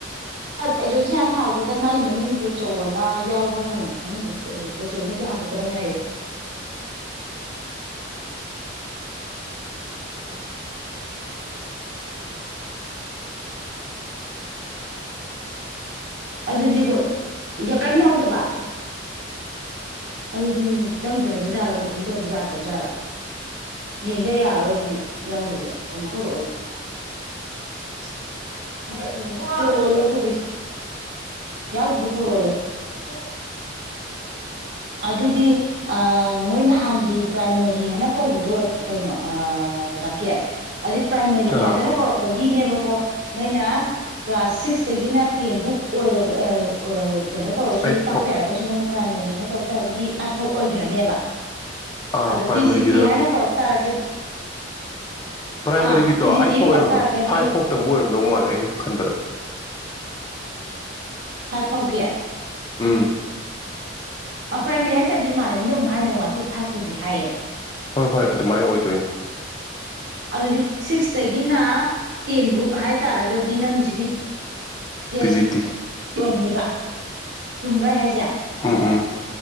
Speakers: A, on the right; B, on the left.
A: ꯑꯦ ꯖꯣꯟꯁꯤ ꯍꯥꯏꯅ ꯊꯥꯕꯗꯨꯗ ꯃꯥꯒꯤ ꯃꯃꯤꯡ ꯕꯣꯆꯧ ꯑꯅ ꯌꯥꯎꯕ꯭ꯔꯥ ꯍꯪꯉꯨ ꯃꯅꯨꯡꯗ ꯕꯣꯆꯧꯑꯅꯗꯤ ꯍꯥꯡꯇꯣꯛꯀꯗꯕꯅꯤ ꯍꯥꯏꯌꯣ <inaudible> ꯑꯗꯨꯗꯤ ꯀꯩꯑꯝ ꯌꯥꯎꯗꯕ ꯑꯗꯨꯗꯤ ꯆꯪꯗ꯭ꯔꯕꯖꯥꯠꯂꯣ ꯀꯣꯄꯤ ꯇꯧꯕ ꯌꯥꯗ꯭ꯔꯕꯖꯥꯠꯂ ꯌꯦꯡꯗ ꯌꯥꯔꯔꯣꯏ ꯑꯗꯨꯗꯤ ꯌꯥꯎꯗꯗꯤ ꯑꯃꯨꯛ ꯄꯨꯔꯛꯑꯣꯌꯨ <inaudible> ꯄꯨꯔꯛꯑꯣꯌꯨ ꯑꯗꯨꯗꯤ ꯌꯥꯎꯗꯗꯤ ꯄꯣꯔꯛꯑꯣ ꯑꯗꯨꯗꯤ ꯑꯥ ꯃꯣꯏ ꯅꯍꯥꯟꯒꯤ ꯄ꯭ꯔꯥꯏꯃꯥꯔꯤ ꯍꯥꯏꯅ ꯀꯧꯕꯗꯣ ꯀꯩꯅꯣ ꯑꯥ ꯔꯥ ꯀꯦꯁ ꯑꯗꯩ ꯄ꯭ꯔꯥꯏꯃꯥꯔꯤ
B: ꯑꯥ
A: ꯍꯥꯏꯗꯅ ꯀꯧꯔꯛꯄꯒꯤꯅꯦꯕ ꯀꯣ ꯅꯣꯏꯅ ꯀ꯭ꯂꯥꯁ ꯁꯤꯛꯁꯇꯒꯤꯅ ꯇꯦꯟꯕꯨꯛ ꯑꯣꯏꯔꯒ ꯑꯥ ꯑꯥ ꯀꯩꯅꯣ ꯇꯧꯔꯁꯨ
B: ꯑꯩꯠ
A: ꯇꯥꯛꯄ
B: ꯐꯥꯎ
A: ꯌꯥꯔꯒꯁꯨ ꯃꯣꯏꯅ ꯄ꯭ꯔꯥꯏꯃꯔꯤ ꯍꯥꯏꯅ ꯀꯧꯔꯛ ꯇꯥꯔꯒꯗꯤ ꯑꯥꯏꯠ ꯐꯥꯎ ꯑꯣꯏꯈ꯭ꯔꯅꯦꯕ
B: ꯑꯥ
A: ꯑꯗ
B: ꯄ꯭ꯔꯥꯏꯃꯥꯔꯤꯒꯤꯗꯣ
A: ꯇꯤ ꯖꯤ ꯇꯤ ꯍꯥꯏꯅ ꯀꯧꯔꯛ ꯇꯥꯔꯒꯗꯤ
B: ꯄ꯭ꯔꯥꯏꯃꯥꯔꯤꯒꯤꯗꯣ
A: ꯑꯥ ꯇꯤ ꯖꯤ
B: ꯑꯩꯠ
A: ꯇꯤ ꯑꯅ
B: ꯐꯥꯎ ꯑꯣꯏꯔꯝꯃꯣꯏ
A: ꯀꯧꯔꯛ ꯇꯥꯔꯒꯗꯤ
B: ꯐꯥꯏꯚ ꯐꯥꯎꯇꯪ ꯕꯨ ꯑꯣꯏꯔꯝꯗꯧ ꯃꯥꯜꯂꯦ ꯑꯩꯅ ꯈꯟꯕꯗ
A: ꯎꯝ <inaudible> ꯐꯥꯏꯕ ꯐꯥꯎꯒꯤ
B: ꯎꯝ
A: ꯑ ꯄ꯭ꯔꯥꯏꯃꯔꯤ ꯍꯥꯏꯇꯔꯗꯤ ꯏꯃꯥꯟꯅꯕꯤꯅ ꯑꯃꯨꯛ ꯍꯥꯏꯅ ꯋꯥꯟ ꯇꯨ ꯐꯥꯏꯕ ꯐꯥꯎꯗꯤ ꯍꯥꯏꯌꯦꯕ
B: ꯍꯣꯏ ꯍꯣꯏ ꯑꯗꯨꯃꯥꯏꯅ ꯑꯣꯏꯗꯣꯏꯅꯤ
A: ꯑꯗꯨꯗꯤ ꯁꯤꯛꯁꯇꯒꯤꯅ ꯇꯦꯟꯕꯨꯛ ꯍꯥꯏꯇꯥꯔꯒꯗꯤ ꯅꯪꯒꯤ ꯍꯧꯖꯤꯛꯀꯤ <unintelligible>
B: ꯇꯤ ꯖꯤ ꯇꯤ
A: ꯔꯅꯤꯕ ꯆꯨꯝꯕ꯭ꯔ ꯑꯩ ꯍꯥꯏꯖꯦ
B: ꯎꯝ ꯎꯝ